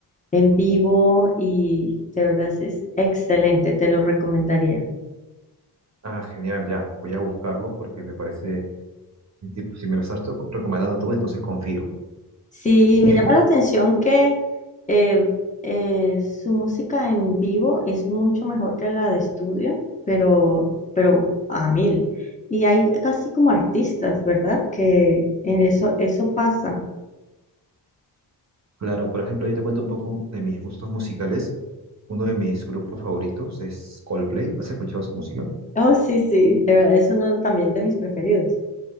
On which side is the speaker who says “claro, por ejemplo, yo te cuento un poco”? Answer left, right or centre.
Right